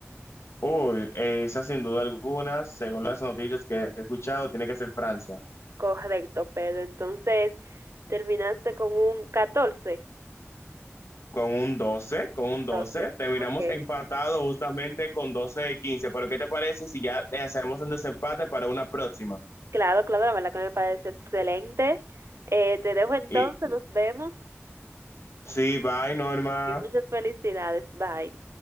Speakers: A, on the left; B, on the right.
A: Uy, esa sin duda alguna, según las noticias que he escuchado, tiene que ser Francia.
B: Correcto, Pedro. Entonces, terminaste con un 14.
A: Con un 12, con un 12,
B: 14,
A: terminamos
B: ok.
A: empatados justamente con doce de 15. Pero ¿qué te parece si ya le hacemos un desempate para una próxima?
B: Claro, claro, la verdad que me parece excelente. Eh, te dejo entonces,
A: Y
B: nos vemos
A: sí, bye, Norma.
B: y muchas felicidades. Bye.